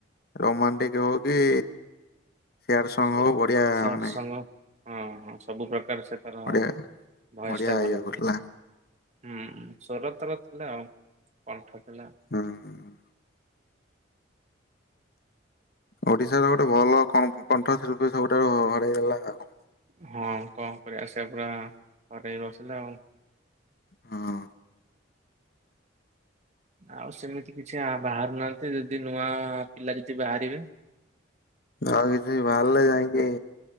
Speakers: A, on the left; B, on the right.
A: ରୋମାଣ୍ଟିକ ହଉ କି ସେୟାର ସଂଘ
B: ସବୁ
A: ବଢିଆ
B: ସ୍ୟାଡ୍
A: ମାନେ।
B: ସଙ୍ଗ ହଁ ହଁ ସବୁ ପ୍ରକାର ସେ ତାର
A: ବଢିଆ
B: ଭଏସ
A: ବଢିଆ
B: ଟା ଭଲ
A: ଇଏ
B: ହୁଏ।
A: କରୁଥିଲା
B: ହୁଁ ହୁ ସ୍ୱର ତାର ଥିଲା ଆଉ କଣ୍ଠ ଥିଲା।
A: ହୁଁ ଉ। ଓଡିଶାର ଗୋଟେ ଭଲ ଙ୍କପ୍ କଣ୍ଠଶିଳ୍ପୀ ସବୁଠାରୁ ହରଇଦେଲା ଆଉ।
B: ହଁ କଣ କରିବା ସେଇଆ ପରା ହରେଇ ବସିଲେ ଆଉ।
A: ହଁ।
B: ଆଉ ସେମିତି କିଛି ଆ ବାହାରୁନାହାନ୍ତି ଯଦି ନୂଆ ପିଲା ଯଦି ବାହାରିବେ।
A: ଆଉ କିଛି ବାହାରିଲେ ଯାଇଁକି।